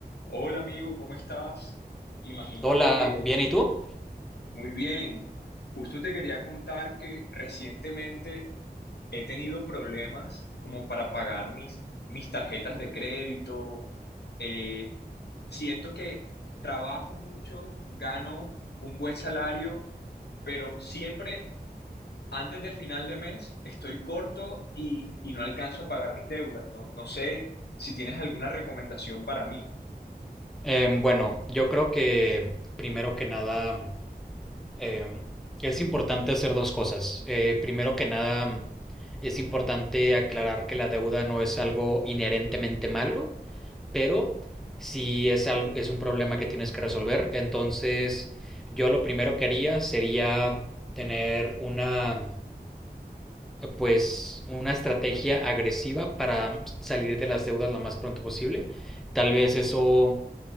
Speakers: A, on the left; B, in the centre.
A: Hola amigo, ¿cómo estás? Imagínate
B: Hola,
A: que
B: bien, ¿y tú?
A: muy bien. Justo te quería contar que recientemente he tenido problemas como para pagar mis, mis tarjetas de crédito. Eh, siento que trabajo mucho, gano un buen salario, pero siempre antes del final de mes estoy corto y, y no alcanzo a pagar mis deudas. No, no sé si tienes alguna recomendación para mí.
B: Em, bueno, yo creo que primero que nada em, es importante hacer dos cosas. Eh, primero que nada es importante aclarar que la deuda no es algo inherentemente malo, pero si es algo, es un problema que tienes que resolver, entonces yo lo primero que haría sería tener una pues una estrategia agresiva para salir de las deudas lo más pronto posible. Tal vez eso